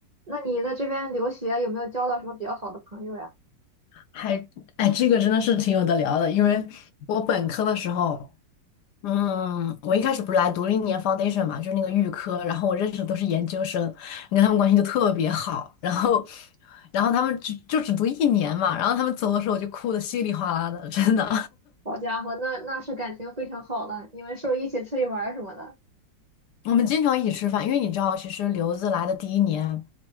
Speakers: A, on the right; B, on the left.
A: 那你在这边留学有没有交到什么比较好的朋友呀？
B: 还，哎，这个真的是挺有的聊的，因为我本科的时候，嗯，我一开始不是来读了一年 foundation 嘛，就是那个预科，然后我认识的都是研究生，你看他们关系就特别好，然后，然后他们就就只读一年嘛，然后他们走的时候我就哭的稀里哗啦的，真的。
A: 好家伙，那那是感情非常好了，你们是不是一起出去玩儿什么的？
B: <laughs> 我们经常一起吃饭，因为你知道，其实留子来的第一年，